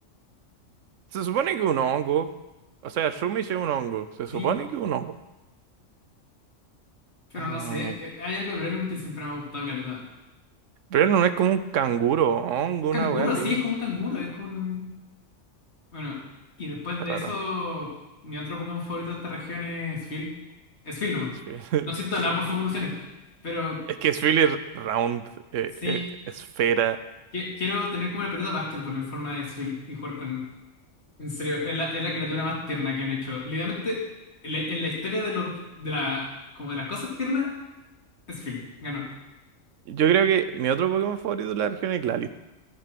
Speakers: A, on the right; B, on the left.
A: Se supone que es un hongo, o sea, Shumish es un hongo, se
B: Sí,
A: supone que es un hongo.
B: pero
A: Eh,
B: no sé. Eh, Hay algo de Brelum que siempre me ha gustado, caleta.
A: pero no es como un canguro, hongo, una
B: Canguro,
A: wea así.
B: sí, es como un canguro, es como un- Bueno, y después
A: Es
B: de
A: raro.
B: eso, mi otro Pokémon favorito de esta región es Phil. Es Phil nomás.
A: Esfe-
B: No siento
A: <laughs>
B: nada por sus evoluciones, pero
A: Es que Spheler Round, eh,
B: sí,
A: eh, esfera.
B: qui- quiero tener como una pelota de básquetbol en forma de Phil y jugar con... En serio, es la, es la criatura más tierna que han hecho. Literalmente, en la, en la historia de los, de la, como de las cosas tiernas, es Phil. Ganó.
A: Yo creo que mi otro Pokémon favorito es la región es Glalie.